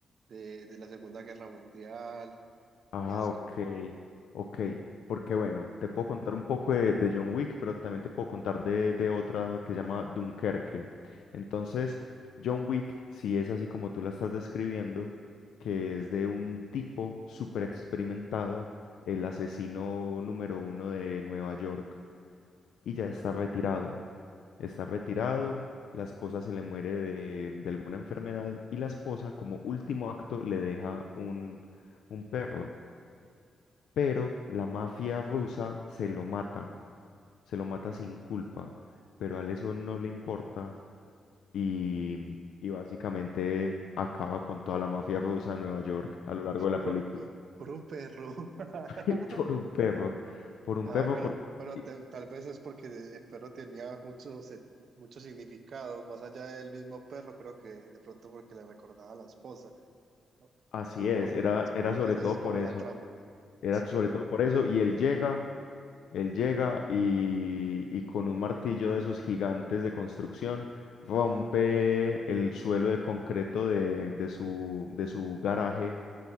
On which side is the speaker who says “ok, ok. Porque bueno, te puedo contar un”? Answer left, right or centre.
Left